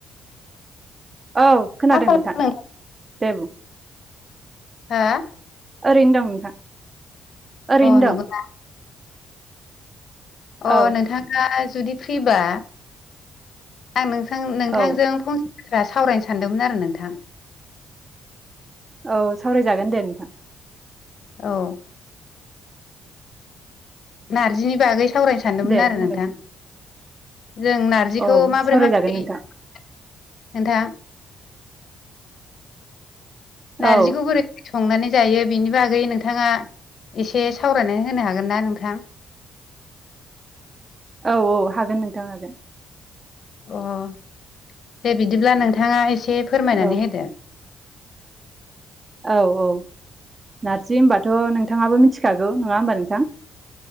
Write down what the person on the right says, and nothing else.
औ खोनादों
नोंथां दे बुं।
ओरैनो दं नोंथां। ओरैनो
दं
औ
औ
औ सावरायजागोन दे नोंथां।
दे
बुंनोसै
औ
सावरायजागोन
नोंथां
औ
औ औ हागोन नोंथां हागोन।
औ
औ औ नारजि होनबाथ' नोंथाङाबो मिथिखागौ नङा होमबा नोंथां।